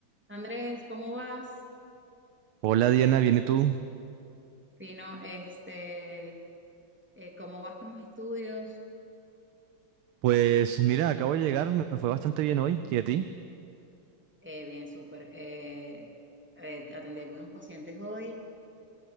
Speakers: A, in the centre; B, on the right.
A: Andrés, ¿cómo vas?
B: Hola Diana, ¿bien y tú?
A: Fino, este, eh, ¿cómo vas con los estudios?
B: Pues mira, acabo de llegar, me fue bastante bien hoy. ¿Y a ti?
A: Eh, bien, súper. Eh, eh, atendí a algunos pacientes hoy.